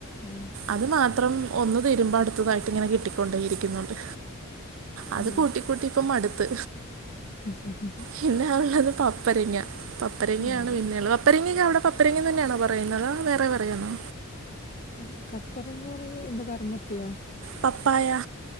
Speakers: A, on the left; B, on the right.
A: ആ
B: അത് മാത്രം ഒന്ന് തിരുമ്പോ അടുത്തതായിട്ട് ഇങ്ങനെ കിട്ടിക്കൊണ്ടേയിരിക്കുന്നുണ്ട്. അത്
A: ഏ
B: കൂട്ടി കൂട്ടി ഇപ്പൊ മടുത്ത്
A: മ്ഹ്ഹാ
B: പിന്നെയ ഉള്ളത് പപ്പരങ്ങ പപ്പരങ്ങയാണ്
A: ഉം
B: പിന്നെയുള്ളത് പപ്പരങ്ങൊക്കെ അവിടെ പപ്പരങ്ങി തന്നാണോ പറയുന്നത് വേറെ പറയാമോ
A: ക കപ്പരങ്ങറീ എന്താ കർമ്മത്തിയോ
B: പപ്പായ